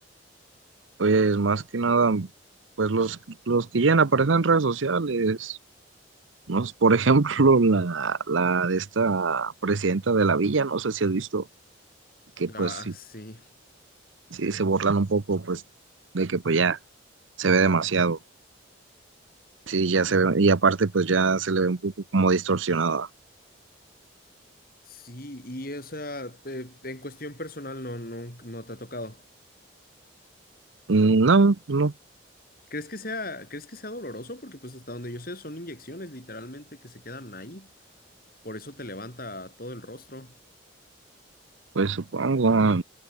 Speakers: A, on the right; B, on the left.
A: Pues más que nada, pues los, los que ya aparecen en redes sociales, ¿no? Por ejemplo, <laughs> la, la de esta presidenta de la villa, no sé si has visto, que pues
B: Ah,
A: sí,
B: sí.
A: sí se burlan un poco, pues, de que pues ya se ve demasiado. Sí, ya se ve, y aparte pues ya se le ve un poco como distorsionada.
B: Sí, y o sea, eh, en cuestión personal no, no, no te ha tocado.
A: Mm, No, no,
B: ¿Crees que sea, crees que sea doloroso? Porque pues hasta donde yo sé son inyecciones literalmente que se quedan ahí. Por eso te levanta todo el rostro.
A: Pues supongo, ah,